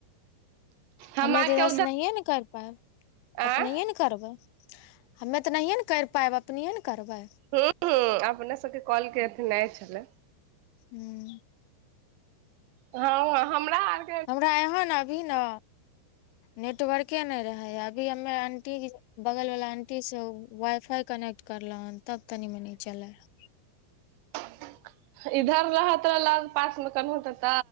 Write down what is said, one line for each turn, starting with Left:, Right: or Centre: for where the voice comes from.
Right: हम
Left: हमे
Right: अहाँके
Left: तऽ इधर
Right: उधर
Left: से नहिए ने कर पायब
Right: आ
Left: अपनहिए
Right: ह
Left: ने। करबै, हमे तऽ नहिए ने करि पायब अपनहिये ने करबै।
Right: हूँ हूँ अपने सबके कॉल के अथि नहि छलै।
Left: हूँ।
Right: हँ हमरा आर।
Left: हमरा यहाँ ने अभी ने नेटवर्के नहि रहै अभी हमे आंटी। बगल वला आंटी से वाई फाई कनेक्ट करलो हन तब तनी मनी चलल ह।
Right: <inaudible> इधर रहत रह लग पास मे कने तऽ